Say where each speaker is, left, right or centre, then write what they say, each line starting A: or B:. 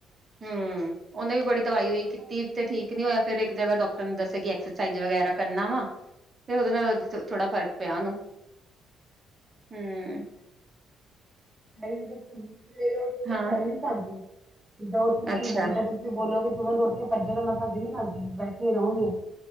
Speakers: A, on the right; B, on the right.
A: ਹਮ ਉਹਨੇ
B: ਅੱਛਾ
A: ਵੀ ਬੜੀ ਦਵਾਈਈ ਕੀਤੀ ਤੇ ਠੀਕ ਨੀ ਹੋਇ ਫਿਰ ਇੱਕ ਜਗ੍ਹਾ ਡਾਕਟਰ ਨੇ ਦੱਸਿਆ ਕਿ ਐਕਸਰਸਾਈਜ਼ ਵਗੈਰਾ ਕਰਨਾ ਵਾ। ਤੇ ਉਹਦੇ ਨਾਲ ਉਹਦੀ ਥੋੜਾ ਫ਼ਰਕ ਪਿਆ ਉਹਨੂੰ ਹਮ
B: ਉਹਥ
A: ਹਾਂ
B: ਚੱਲ ਨੀ ਸਕਦੇ ਜਿੱਦਾਂ ਉਹ ਤੁਸੀ
A: ਅੱਛਾ
B: ਜਿੱਦਾਂ <unintelligible> ਵੀ ਬੋਲੋ ਕਿ ਤੂੰ ਮੈੂੰ ਉੱਥੇ ਭੱਜਿਆ ਤਾਂ ਮੈਂ ਭੱਜ ਨੀ ਸਕਦੀ ਬੈਠੀ ਰਹਾਂਗੀ।